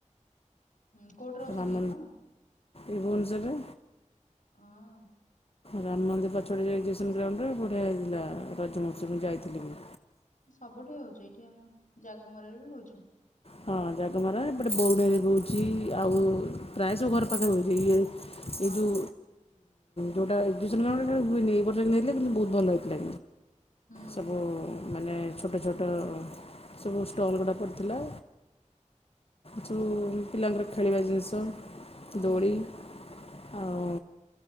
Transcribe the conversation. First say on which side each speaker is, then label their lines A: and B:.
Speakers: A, on the left; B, on the left.
A: ହୁଁ କୋଉଠି ରହୁଛନ୍ତି
B: ରାମ
A: କି ଆପଣ?
B: ଏଇ ଭୁବନେଶ୍ୱରରେ।
A: ହଁ।
B: ରାମ ମନ୍ଦିର ପାଛଆରେ ଏକ୍ଜିବିସନ୍ ଗ୍ରାଉଣ୍ଡରେ ବଢିଆ ହେଇଥିଲା ରଜମହୋତ୍ସବ ଯାଇଥିଲି ମୁ।
A: ସବୁଠୁ ହଉଛି ଏଇଠି ଆମେ ଜାଗମରାରେ ବି ହଉଛି।
B: ହଁ ଜାଗମରା ଏପଟେ ବଉଣରେ ବହୁଛି ଆଉ ପ୍ରାୟ ସବୁ ଘର ପାଖରେ ହଉଚି। ଇଏ
A: ହଁ
B: ଏ ଯଉ ଯଉଟା ଏ ବର୍ଷ ନେଇଥିଲେ କିନ୍ତୁ ବହୁତ ଭଲ ହେଇଥିଲା।
A: ହୁଁ
B: ସବୁ
A: ହୁଁ
B: ମାନେ ଛୋଟ ଛୋଟ ସବୁ ଷ୍ଟଲ୍ ଗୁଡ଼ା ପଡ଼ିଥିଲା। ଜଉ ପିଲାଙ୍କର ଖେଳିବା ଜିନିଷ।
A: ହୁଁ
B: ଦୋଳି। ଆଉ